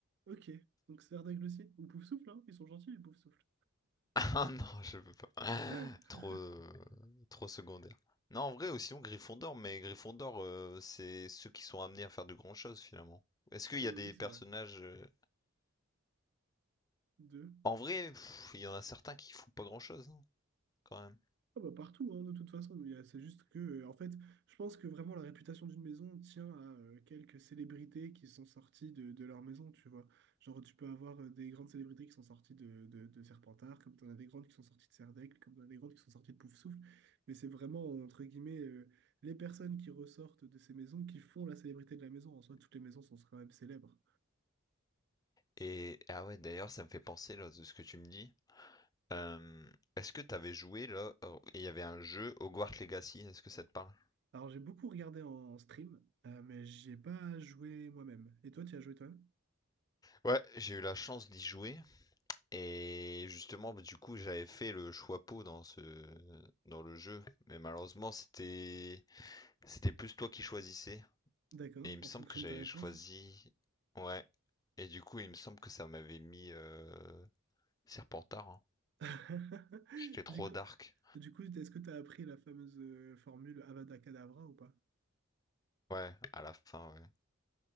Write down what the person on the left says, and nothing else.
<laughs> Ah non, je peux pas. <laughs>
Trop, euh, trop secondaire. Non, en vrai, aussi sinon Gryffondor, mais Gryffondor, euh, c'est ceux qui sont amenés à faire de grandes choses finalement. Est-ce qu'il
y a des
personnages...
euh,
En vrai, pff, il y en a certains qui font pas grand-chose, hein, quand même.
Et ah ouais, d'ailleurs, ça me fait penser là de ce que tu me dis. Euh, est-ce que t'avais joué là? oh, Il y avait un jeu Hogwarts Legacy. Est-ce que ça te parle?
Ouais, j'ai eu la chance d'y jouer et justement, bah, du coup, j'avais fait le choix peau dans ce dans le jeu, mais malheureusement, c'était c'était plus toi qui choisissais.
Et il me
semble
que j'avais
choisi. Ouais. Et du coup, il me semble que ça m'avait mis euh, Serpentard. hein.
J'étais trop
dark.
Ouais, à la fin, ouais.